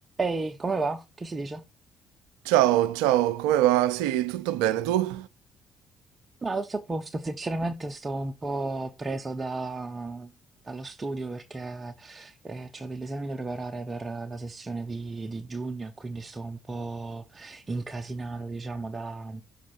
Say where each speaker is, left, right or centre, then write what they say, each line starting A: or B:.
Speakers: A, on the right (about 30°); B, on the right (about 75°).
A: Ehi, come va? Che si dice?
B: Ciao, ciao, come va? Sì, tutto bene, tu?
A: Ma tutto a posto, sinceramente sto un po' preso da- dallo studio perché ho degli esami da preparare per la sessione di, di giugno e quindi sto un po' incasinato, diciamo, da,